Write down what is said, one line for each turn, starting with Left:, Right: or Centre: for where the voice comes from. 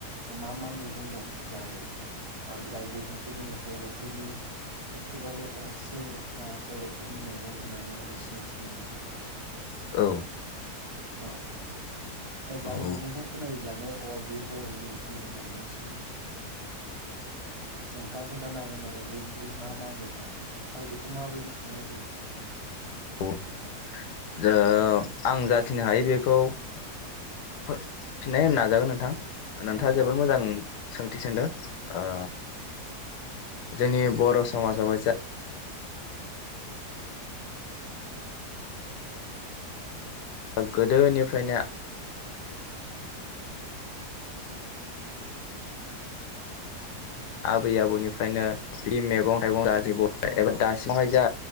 Right: मा मा मैगं दं जाय जाय मैगंखौ जोंङो बरफोरनि। एखेबारे असे बा बरफोरनि मैगं होननानै जोंङो सिनायथि मोनो।
Left: औ।
Right: औ दा जाय
Left: औ
Right: मैगंखौ खोनायोब्लानो। अ बे बरनि ओंख्रि होननानै मिथि मोनो। नोंथाङा खोन्थानो हागोन नामा जे बे मा मा मैगं आरो बेखौ माबायदि संनाय जायो। <inaudible>
Left: औ आं जाखिनि हायो बेखौ। फिन्नाय होनो नाजागोन नोंथां। नोंथांङा
Right: औ
Left: जोबोद मोजां सोंथि सोंदों‌ ओ
Right: औ
Left: जोंनि बर समाजावहाय जा गोदोनिफ्रायनो। आबै आबौनिफ्रायनो बिदि मैगं थाइगं गासिबो
Right: औ
Left: एबा
Right: औ
Left: दासिमावहाय जा